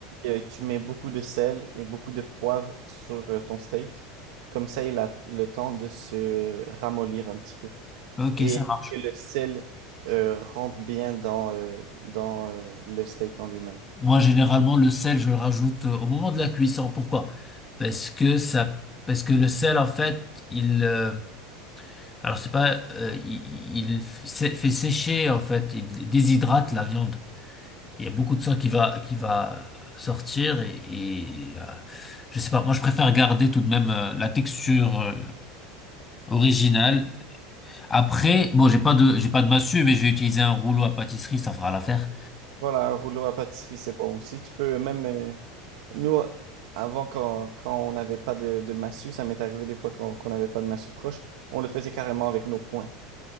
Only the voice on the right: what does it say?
Euh, tu mets beaucoup de sel et beaucoup de poivre sur euh, ton steak. Comme ça, il a le temps de se ramollir un petit peu.
Et
que le sel euh, rentre bien dans, euh, dans euh, le steak en lui-même.
Voilà, un rouleau à pâtisserie, c'est bon aussi. Tu peux même... euh, nous, avant, quand, quand on n'avait pas de, de massue, ça m'est arrivé des fois qu'on qu'on n'avait pas de massue proche, on le faisait carrément avec nos poings.